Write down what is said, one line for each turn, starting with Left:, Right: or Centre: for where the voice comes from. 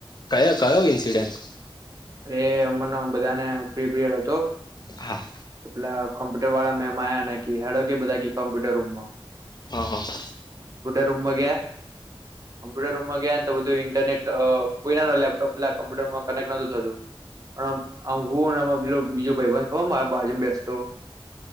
Left: કયો કયો ઇન્સિડેન્ટ
Right: અરે અમરનો બધાને ફ્રી પીરયડ હતો
Left: હા
Right: પેલા કોમ્પ્યુટર વાળા મેમ આયા ને હેડો કે બધા કોમ્પ્યુટર રૂમમાં
Left: હ હ
Right: રૂમો ગ્યા કોમ્પ્યુટરોમાં ગયા ને તો બધું ઇન્ટરનેટ તો પોરા ન લેપટોપ લ કોમ્પ્યુટર માં કનેક્ટ નો મ હું પે બીજો ભાઈબન ખ બાજુમાં બેસતો